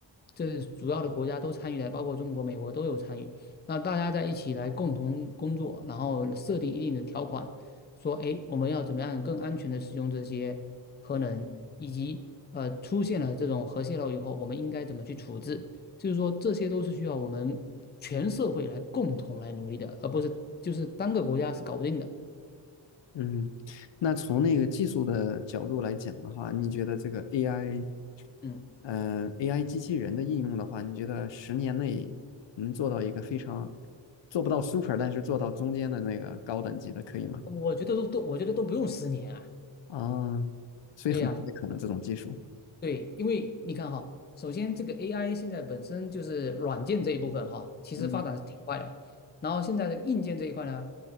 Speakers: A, on the left; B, on the left.
A: 这是主要的国家都参与了，包括中国、美国都有参与。那大家在一起来共同工作，然后设定一定的条款，说，哎，我们要怎么样更安全的使用这些核能，以及呃出现了这种核泄漏以后，我们应该怎么去处置。就是说，这些都是需要我们全社会来共同来努力的，而不是就是单个国家是搞不定的。
B: 嗯。那从那个技术的角度来讲的话，你觉得这个 AI
A: 嗯，
B: 嗯 a i 机器人的应用的话，你觉得十年内能做到一个非常做不到 super，但是做到中间的那个高等级的，可以吗？
A: 我觉得都都，我觉得都不用十年啊。
B: 啊，所以很快可能这种技术，
A: 对呀、对，因为你看哈，首先这个 AI 现在本身就是软件这一部分哈，其实发展是挺快的。
B: 嗯，
A: 然后现在的硬件这一块呢，